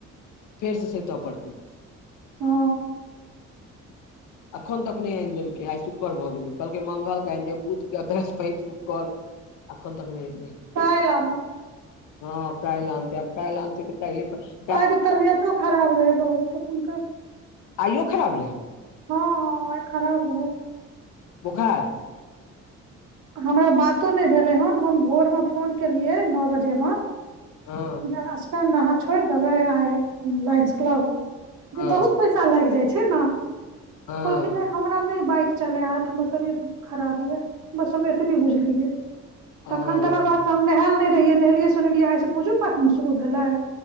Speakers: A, on the left (about 85°); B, on the right (about 75°).
A: फेरस सतऽ पड़तै
B: ह
A: एखन तक नहि आनि देलकै आइ शुकर भ गेलै कहलकै मंगल के आनि देब बुधके बृहस्पैत फेर शुकर एखन तक नहि आनि देलकैय
B: काल्हि आनब
A: हँ काल्हि आनतै आब काल्हि आनतै <unintelligible>
B: आइ त। तबियतो खराब रहै बहुत हुनकर
A: आइयो खराब रहै।
B: ह ह आइ खराब रहै
A: बोखार।
B: हमरा बातो नहि भेलै हन हम भोर मे फोन केलियै नओ बजेमे
A: ह
B: अहाँ स्केंड छिएर देबे आइ लिनेस क्लाब
A: हँ
B: इ बहुत लागि जाइ छै ने
A: हँ
B: कहलखिन हमरा नहि बाइक चलए हेतै हमर तबियत बड़ खराब य बस हम एतबे बुझलियै तखन
A: ओ
B: तकर बादस हम नहायल नहि रहियै नहेलियै सोनेलियै आइस पूजो पाठने शुरू भेलै